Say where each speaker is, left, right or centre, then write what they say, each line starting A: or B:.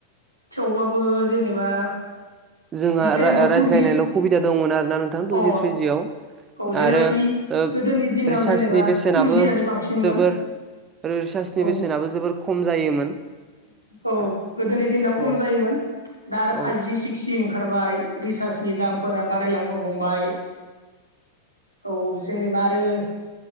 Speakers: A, on the right; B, on the right.
A: थेवबाबो जेनेबा
B: जोंहा
A: बि टाइमाव
B: रा-रायज्लायनायल'
A: टुजि
B: खुबिदा दंमोन आरोना नोंथां टुजि
A: अ
B: थ्रिजिआव।
A: औ जेनेबा
B: आरो
A: इ
B: ओ
A: गोदोनि दिनाव
B: रिसासनि
A: जेनेबा
B: बेसेनाबो
A: टुजियानो बांसिनमोन
B: जोबोर रो रिसासनि
A: औ
B: बेसेनाबो जोबोर खम जायोमोन।
A: औ गोदोनि दिनाव खम
B: औ
A: जायोमोन दा आरो
B: औ
A: फाइभ जि सि सि ओंखारबाय रिसासनि दामफोरा बारायलांनो हमबाय। औ जेनेबा आरो